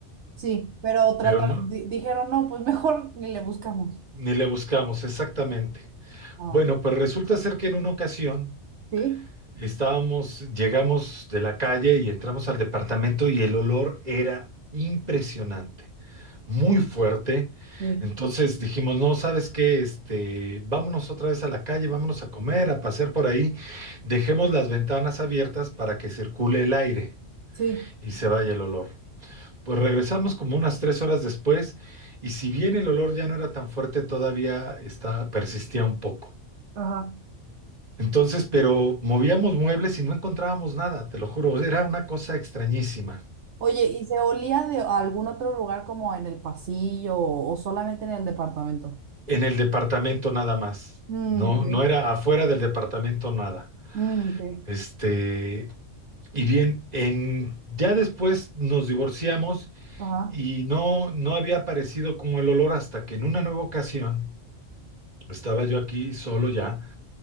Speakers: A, on the right; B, on the right.
A: Sí, pero trata,
B: pero no,
A: di- dijeron, no, pues mejor ni le buscamos.
B: ni le buscamos exactamente.
A: Ah.
B: Bueno, pues resulta ser que en una ocasión
A: Sí,
B: estábamos, llegamos de la calle y entramos al departamento y el olor era impresionante. muy fuerte.
A: sí,
B: Entonces dijimos, no, ¿sabes qué? Este, vámonos otra vez a la calle, vámonos a comer, a pasear por ahí, dejemos las ventanas abiertas para que circule el aire
A: sí.
B: y se vaya el olor. Pues regresamos como unas tres horas después y si bien el olor ya no era tan fuerte, todavía está, persistía un poco.
A: Ajá.
B: Entonces, pero movíamos muebles y no encontrábamos nada, te lo juro, era una cosa extrañísima.
A: Oye, ¿y se olía de algún otro lugar como en el pasillo o, o solamente en el departamento?
B: En el departamento nada más.
A: Mm,
B: No,
A: ok.
B: no era afuera del departamento nada.
A: Mm, ok.
B: Este, y bien, en, ya después nos divorciamos
A: Ajá.
B: y no, no había aparecido como el olor hasta que en una nueva ocasión estaba yo aquí solo ya